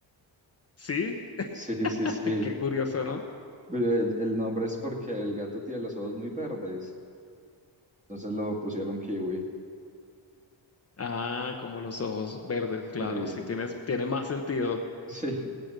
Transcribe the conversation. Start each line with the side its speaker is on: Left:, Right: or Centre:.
Left: sí,
Right: Sí, sí,
Left: <laughs>
Right: sí.
Left: qué curioso, ¿no?
Right: Pero El el nombre es porque el gato tiene los ojos muy verdes, entonces lo pusieron Kiwi.
Left: Ah, como los ojos verdes,
Right: Sí,
Left: claro, sí tienes, tiene más sentido.
Right: <laughs> sí.